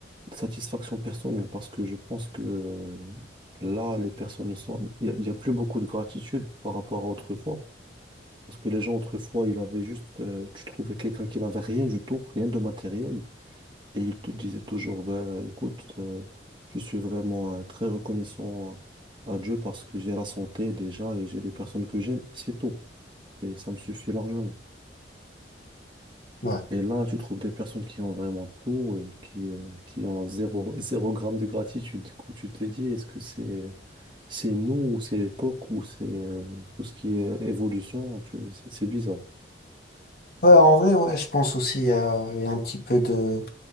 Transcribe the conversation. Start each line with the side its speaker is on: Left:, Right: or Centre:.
Right: satisfaction personnelle parce que je pense que euh, là, les personnes ne sont. Il y a, il y a plus beaucoup de gratitude par rapport à autrefois. Parce que les gens, autrefois, ils avaient juste. euh, tu trouvais quelqu'un qui n'avait rien du tout, rien de matériel. Et il te disait toujours, ben, écoute, euh, je suis vraiment euh, très reconnaissant à Dieu parce que j'ai la santé déjà et j'ai des personnes que j'aime, et c'est tout. Et ça me suffit largement.
Left: Ouais.
Right: Et là, tu trouves des personnes qui ont vraiment tout et qui, euh, qui ont zéro, <laughs> zéro gramme de gratitude. Du coup, tu te dis, est-ce que c'est, c'est nous ou c'est l'époque ou c'est euh, tout ce qui est évolution? Tu, c'est c'est bizarre.
Left: Ouais, en vrai, ouais, je pense aussi euh, il y a un petit peu de